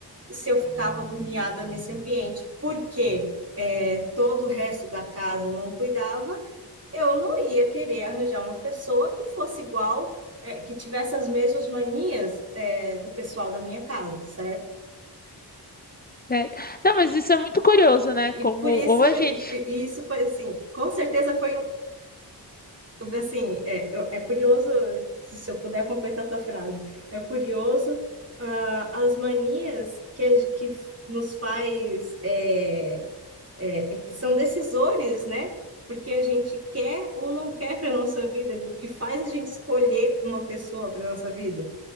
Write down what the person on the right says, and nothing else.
se eu ficava agoniada nesse ambiente, porque é, todo o resto da casa não cuidava, eu não ia querer arranjar uma pessoa que fosse igual, é, que tivesse as mesmas manias, é, do pessoal da minha casa, certo?
E por
isso,
e,
e isso foi assim, com certeza foi um, Assim, é, eu- é curioso, se se eu puder completar a tua frase, é curioso, ah, as manias que, a ge- que f- nos faz, é, é, é que são decisores, né? Porque a gente quer ou não quer para nossa vida, o que faz a gente escolher uma pessoa para nossa vida.